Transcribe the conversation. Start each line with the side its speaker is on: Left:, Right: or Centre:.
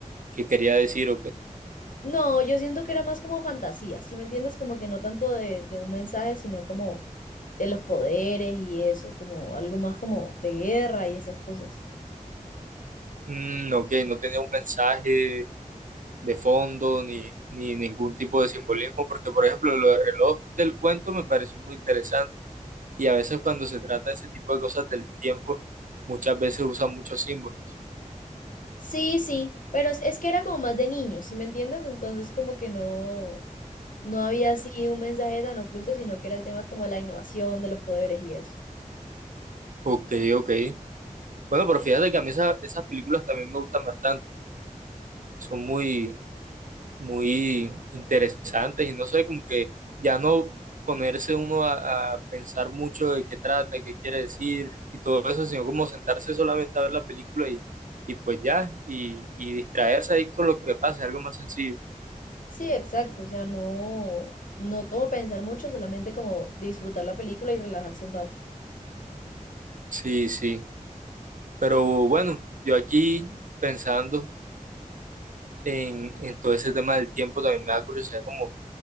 Right: que quería decir o qué?
Left: No, yo siento que era más como fantasía, ¿sí me entiendes? Como que no tanto de, de un mensaje, sino como de los poderes y eso, como algo más como de guerra y esas cosas.
Right: Mm, ok, no tenía un mensaje de fondo ni, ni ningún tipo de simbolismo, porque por ejemplo lo del reloj del cuento me parece muy interesante y a veces cuando se trata de ese tipo de cosas del tiempo, muchas veces usan muchos símbolos.
Left: Sí, sí, pero es, es que era como más de niños, ¿sí me entiendes? Entonces como que no, no había así un mensaje tan oculto, sino que era el tema como de la innovación, de los poderes y eso.
Right: Ok, ok. Bueno, pero fíjate que a mí esa- esas películas también me gustan bastante, son muy muy interesantes y no sé, como que ya no ponerse uno a, a pensar mucho de qué trata, qué quiere decir y todo eso, sino como sentarse solamente a ver la película y, y pues ya, y, y distraerse ahí con lo que pasa, es algo más sencillo.
Left: Sí, exacto, o sea, no, no como pensar mucho, solamente como disfrutar la película y relajarse un rato.
Right: Sí, sí, pero bueno, yo aquí pensando en, en todo ese tema del tiempo también me da curiosidad como